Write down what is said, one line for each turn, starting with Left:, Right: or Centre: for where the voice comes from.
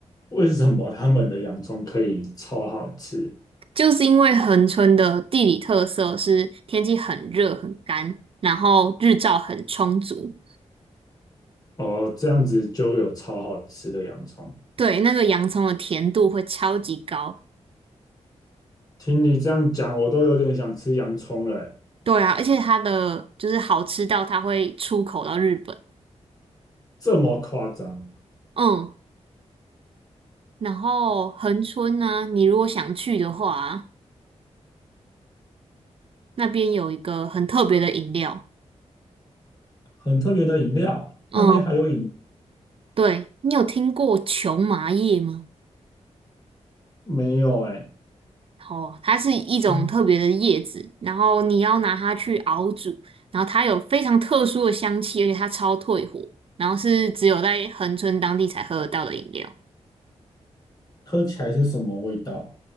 Left: 为什么他们的洋葱可以超好吃？
Right: 就是因为恒春的地理特色是天气很热很干，然后日照很充足，
Left: 哦，这样子就会有超好吃的洋葱。
Right: 对，那个洋葱的甜度会超级高。
Left: 听你这样讲，我都有点想吃洋葱了欸，
Right: 对啊，而且它的就是好吃到它会出口到日本。
Left: 这么夸张？
Right: 嗯。然后恒春呢，你如果想去的话啊那边有一个很特别的饮料，
Left: 很特别的饮料，那边还有饮，
Right: 嗯，对，你有听过琼麻叶吗？
Left: 没有哎、
Right: 哦，它是一种特别的叶子，
Left: 嗯
Right: 然后你要拿它去熬煮，然后它有非常特殊的香气，而且它超退火，然后是只有在恒春当地才喝得到的饮料。
Left: 喝起来是什么味道？